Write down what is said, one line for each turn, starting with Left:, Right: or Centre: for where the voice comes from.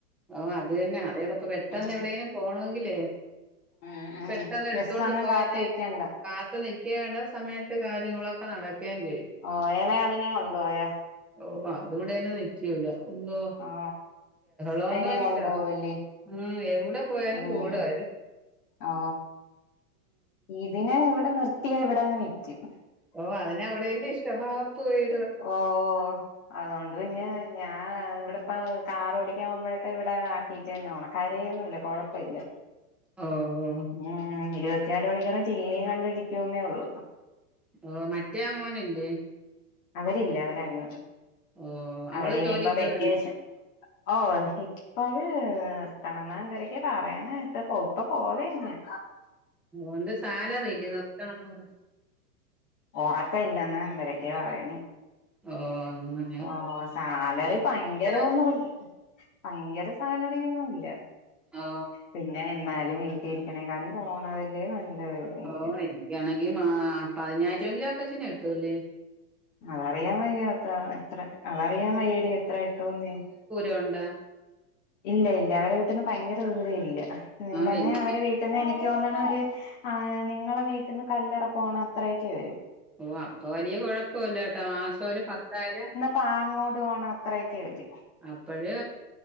Centre: ഓ അതന്നെ അതയാള ഇപ്പ പെട്ടന്ന്
Left: ഉം
Centre: എവിടെേങ്കനും പോണെങ്കിലേ
Left: ഉം ഉം
Centre: പെട്ടെന്ന് എടുത്തൊണ്ട്
Left: ബസ്സൊന്നും
Centre: പോവാേ
Left: കാത്ത്
Centre: ചെയ്യാൻ
Left: നിക്കണ്ട
Centre: കാത്ത്ു നിക്കുക വേണ്ട സമയത്ത് കാര്യങ്ങളൊക്കെ നടക്കുകയും ചെയ്യും
Left: ഓ ഇളയാളിനെയം കൊണ്ടുപോയാ
Centre: ഓ അതിവിടെന്നും നിക്കൂല ഒന്നു
Left: ഓ
Centre: തോന്ന
Left: അയിനേം
Centre: വെച്ചോ
Left: കൊണ്ടുപോവല്ലേ
Centre: ഉം എവിടെ പോയാലും
Left: ഉം
Centre: കൂടെവരും
Left: ഓ ഇതിനെവ്ടെ നിർത്തിയാ ഇവിടെങ്ങനെര്ക്യും
Centre: ഓ അതിനെ അവിടെന്നെ ഇഷ്ടമാ പോയി
Left: ഓ അതൊണ്ട് പിന്നെ ഞാൻ ഇവിടെപ്പ കാർ ഓടിക്കാൻ പോകുമ്പോഴൊക്കെ ഇവിടെ ആക്കിട്ട ന്നെ പോണ ക്കരന്നുല്ല കൊഴപ്പഇല്ല
Centre: ഓ ഓ
Left: ഉം ഇരുപത്തിയാല് മണിക്കൂറും ചീനയും കണ്ടിരിക്ക്യൂന്നേ ഉള്ളൂ
Centre: ഓ മറ്റേ മോനല്ലേ
Left: അവരില്ല അവരങ്
Centre: ഓ അവള്
Left: അവരിനിയിപ്പോ
Centre: ജോലിക്ക്
Left: വെക്കേഷൻ
Centre: പോവാണ്
Left: ഓഹി പ്പഴ് നിർത്തണംന്നാൺ ഇവരക്കെ പറയാനായിട്ട് പൗത്ത പോവേ ഞ്യാൻ
Centre: ഒൻ്റെ സാലറില്ലേ നിർത്തണന്നു
Left: ഒറക്ക ഇല്ലെന്ന്ന്തരൊക്കെ പറയുന്ന്
Centre: ഓ അങ്ങൻ
Left: ഓ സാലറി പയങ്കരഒന്നു
Centre: വൈ-
Left: അയ്ങ്കര സാലറിയൊന്നുല്ല
Centre: ഓ
Left: പിന്നെ ന്നാലും ഇ തിരിക്ണേങ്കാലും പോണതല്ലേ നല്ലത് എവിടെയെങ്കിലും
Centre: ഓ എനിക്കാണെങ്കി മാ പതിനാഴ്ചെക്കങ്കിലും ആക്കാശന എത്തൂല്ലേ
Left: അതറിയാൻ വയ്യാത്ത എത്ര അതറിയാ മയ്യേടി എത്ര ഇട്ടൂന്ന്
Centre: തൊണ്ടാ
Left: ഇല്ല ഇല്ല അവരെ വീട്ട്ന്നും പയങ്കര ദൂര ഇല്ല നീലമ്മേ
Centre: ആഹ് എങ്കി
Left: അവരെ
Centre: പിന്നെ
Left: വീ ട്ടെന്നനിക്ക് തോന്നണ ഒര് നിങ്ങളെ വീട്ട്ന്ന് കല്ലറക്യുവാണ് അത്രയെക്കെ വരു
Centre: ഓ അപ്പൊ വലിയ കുഴപ്പൊല്ലാട്ടാ മാസം ഒര് പത്താല്
Left: പ്പാങ്ങോട് പോണത്രയൊക്കെ വരു
Centre: അപ്പഴ്